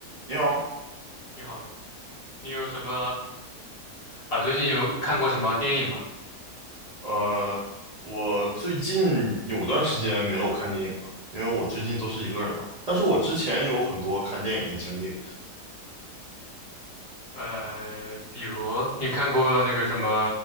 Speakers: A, on the right; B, on the left.
A: 你好，
B: 你好，你有什么啊？最近有看过什么电影吗？
A: 呃，我最近有段时间没有看电影了，因为我最近都是一个人嘛。但是我之前有很多看电影的经历，
B: 呃，比如你看过那个什么